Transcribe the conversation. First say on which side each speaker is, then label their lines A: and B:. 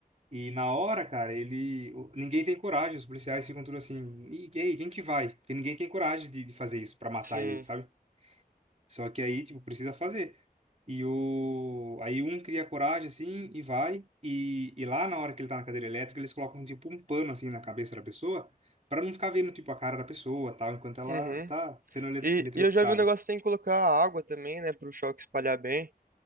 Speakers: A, on the right; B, on the right.
A: E na hora, cara, ele... o- Ninguém tem coragem. Os policiais ficam tudo assim... E, e aí, quem que vai? Porque ninguém tem coragem de, de fazer isso pra matar
B: Sim.
A: ele, sabe? Só que aí, tipo, precisa fazer. E o... aí um cria coragem, assim, e vai. E, e lá na hora que ele tá na cadeira elétrica, eles colocam, tipo, um pano, assim, na cabeça da pessoa, para não ficar vendo, tipo, a cara da pessoa, tal, enquanto ela
B: Uhum.
A: tá sendo ele-
B: E,
A: eletrocutada.
B: e eu já vi um negócio que tem que colocar água também, né? Pro choque espalhar bem.